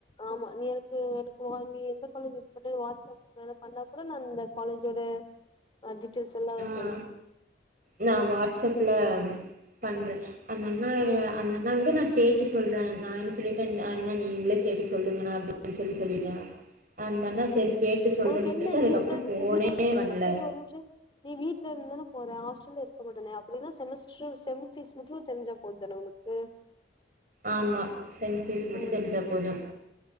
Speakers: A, on the left; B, on the right.
A: ஆமா நீ எனக்கு எனக்கு நீ எந்த காலேஜ் பண்ண வாட்ஸ்அப்வ பண்ணா கூட நா இந்த காலேஜோட ஆ டீட்டெய்ல்ஸ் எல்லா
B: ஆ
A: சொல்ற
B: நா வாட்ஸ்அப்ல பண்றே அந்தண்ணா
A: ம்
B: அந்தண்ணா வந்து நா கேட்டு சொல்றே நா என்ன சொல்லிட்டே அண்ணா நீங்களே கேட்டு சொல்லுங்கணா அப்டின் சொல்லி சொல்லிட்டே அந்த அண்ணா செரி
A: ம்
B: கேட்டு சொல்றேன்
A: உனக்கு
B: சொல்லிட்டு
A: என்ன
B: அதுக்கப்ற
A: நீ வீட்ல
B: ஃபோனே
A: நீ வீட்ல
B: வண்ல
A: இரு ஒரு நிமிஷோ நீ வீட்ல இருந்துதான போற ஹாஸ்டல்ல இருக்க மாட்டல அப்டினா செமஸ்ட்ரு செம் ஃபீஸ் மட்டு தெரிஞ்சாப் போதுதான உனக்கு
B: ஆமா செம் ஃபீஸ் மட்டு
A: ம்
B: தெரிஞ்சா போது